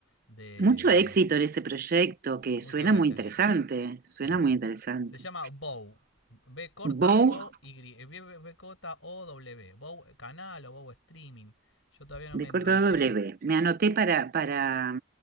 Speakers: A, on the left (about 75°); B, on the right (about 45°).
A: de,
B: Mucho
A: de nuestro.
B: éxito en ese proyecto que
A: Muchas
B: suena
A: gracias,
B: muy interesante,
A: Leti.
B: suena
A: Gracias.
B: muy interesante.
A: Se llama Bow. B corta
B: Bow
A: O Y. Eh, B, B- B corta O W. Bow eh, canal o Bow streaming. Yo todavía no
B: de
A: me
B: corta
A: enganché.
B: W. Me anoté para, para,